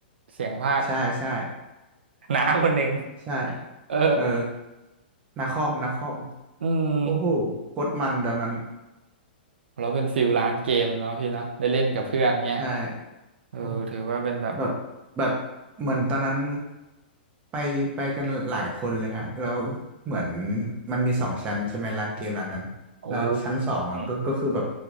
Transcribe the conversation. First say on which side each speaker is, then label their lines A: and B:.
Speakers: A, on the right; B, on the right.
A: เสียงพากย์
B: ใช่ใช่
A: น้าคนหนึ่ง
B: ใช่
A: เออ
B: เออนาคอมนาคอม
A: อืม
B: โอ้โหโคตรมันตอนนั้น
A: เราเป็นฟิลร้านเกมแล้วพี่เนอะได้เล่นกับเพื่อนเนี้ย
B: ใช่
A: เออถือว่าเป็นแบบ
B: โอ้แบบแบบเหมือนตอนนั้นไปไปกันหลายคนเลยฮะแล้วเหมือนมันมีสองชั้นใช่ไหมร้านเกมร้านนั้นแล้วชั้นสองอ่ะก็ก็คือแบบ
A: โอ้อืม